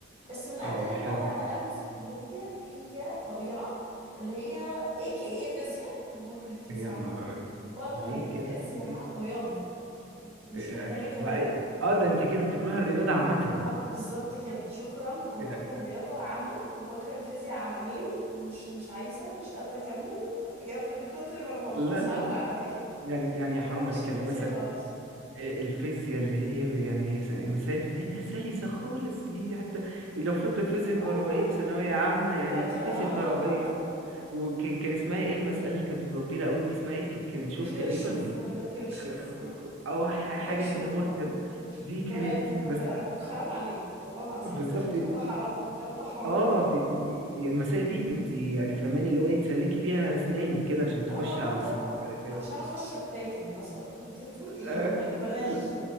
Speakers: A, on the right; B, on the right.
A: بس من
B: اه
A: أتقل
B: حلو
A: المواد على قلبي في الكلية هي طبيعة اللي هي AKA فيزياء أنا بكره الفيزياء
B: يا نهار
A: عامة بكره
B: ليه
A: الفيزياء
B: كده ليه
A: ع- رياضة مش
B: يعني
A: محتاجة كلام
B: هو أي- اه ده انت كده بتكره الرياضه عامه
A: اه بالظبط كده شكرا انا
B: يعني
A: بكره الرياضه عمى وبكره الفيزياء عمهين ومش مش عايزه مش قادره اكمل بجد من كتر ما الموضوع
B: لا
A: صعب
B: لا لا
A: عليا
B: يعني يعني
A: ما
B: يا حرام
A: بحبش
B: عليك
A: الفيزياء
B: يعني مثلا
A: خالص
B: آه، الفيزياء اللي هي يعني هي س- المسائل بتاعتها سلسه خالص دي حتى لو فاكره فيزياء
A: اه
B: كهربائيه
A: اه
B: في ثانويه عامه يعني
A: فاكره
B: في فيزياء
A: اه
B: كهربائيه
A: طبعا طبعا مم.
B: وكان كان اسمها ايه المساله اللي كانت بتبقى كبيره قوي دي اسمها ايه ك- كان نشوف
A: خرشف
B: تقريبا ولا
A: ولا كرشف
B: <laughs>
A: آه.
B: او ح- حاجه
A: كرشف
B: كده هو
A: اه
B: كده
A: كرشف
B: دي
A: الدوائر
B: كانت
A: الكهربائيه
B: مس...
A: ارجوك حرام عليك والله العظيم
B: بالظبط
A: اللي انت بتقوله ده حرام الكلام ده حرام
B: اه
A: بجد
B: دي دي, دي يعني المسائل دي انت يعني فهماني اللي هو ايه تسلكي بيها اسنانك كده عشان تخشي
A: اه اه
B: على
A: اه طبعا
B: المسائل بعد كده
A: عشان اخش اتاكل مثلا انت بتقول ايه
B: آه،
A: والنبي بلاش
B: ل-